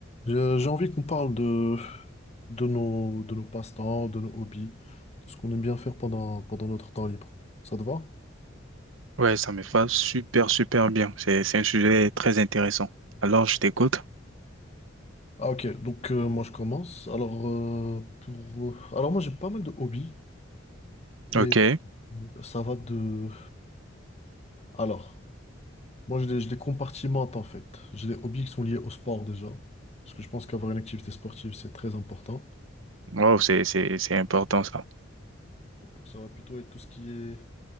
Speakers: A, on the left; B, on the right.
A: J'ai j'ai envie qu'on parle de, de nos, de nos passe-temps, de nos hobbies, de ce qu'on aime bien faire pendant, pendant notre temps libre. Ça te va?
B: Ouais, ça me va super, super bien. C'est, c'est un sujet très intéressant. Alors, je t'écoute.
A: Ah ok, donc euh, moi je commence. Alors, euh, pour, euh, alors moi j'ai pas mal de hobbies et
B: OK.
A: euh, ça va de... Alors, moi je les, je les compartimente en fait. J'ai des hobbies qui sont liés au sport déjà, parce que je pense qu'avoir une activité sportive c'est très important.
B: Wow, c'est, c'est, c'est important, ça.
A: Donc ça va plutôt être tout ce qui est